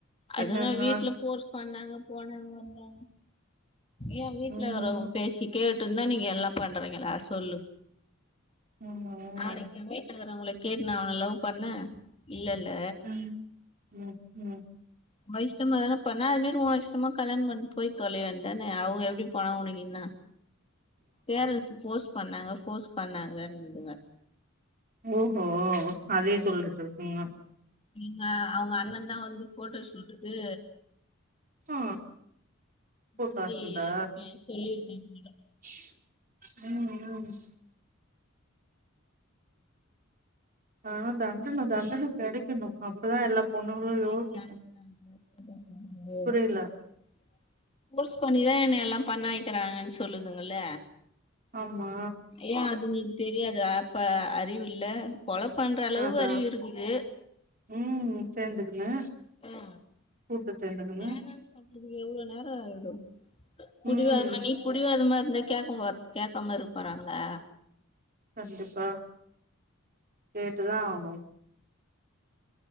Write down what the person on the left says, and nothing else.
அதுனா வீட்டல ஃபோர்ஸ் பண்ணாங்க போனாங்க என் வீட்ல
வர்றவங்க பேசி கேட்டுன்தா நீங்க எல்லா பண்றீங்களா சொல்லுங்
நா உங்ள கேட்டுனா அவன லவ் பண்ணே இல்லல்ல
ஓ இஷ்டமா தானே பண்ண அது மாரி ஒ இஷ்டமா கல்யாணம் பண் போய் தொலைய வேண்தான அவுங்க எப்டி போனா ஒனக்கின்னா பேரன்ஸ்ஸு ஃபோர்ஸ் பண்ணாங்க ஃபோர்ஸ் பண்ணாங்கன்துங்க
ஏங்க அவுங்க அண்ணந் தா வந்து போட்டோ ஷூட்டுக்கு
<unintelligible>
சொல்லிருக்கே <unintelligible>
<inaudible>
ஃபோர்ஸ் பண்ணிதா என்ன எல்லா பண்ண வக்கிறாங்கனு சொல்லுதுங்கல்ல
ஏ அதுங்ளுக் தெரியாது அப்ப அறிவுல்ல கொல பண்ற அளவு
அறிவு இர்க்குது
ஏ
வேணான் அப்புடி எவ்ளோ நேரொ ஆயிடு புடிவாதமா
நீ புடிவாதமா இருந்தி கேக்க போற் கேக்காம இருக்க போறாங்களா